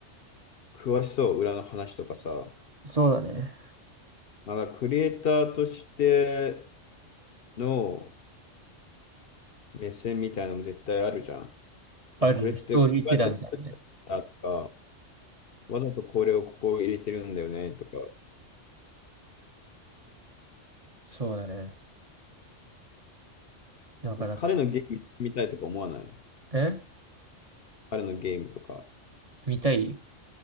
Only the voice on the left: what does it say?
詳しそう、裏の話とかさ、
まだクリエイターとしての目線みたいなのも絶対あるじゃん。あ、
これって、
こうやってだとか、わざとこれをここを入れてるんだよねとか、
彼のゲームやってみたいとか思わない
彼のゲームとか。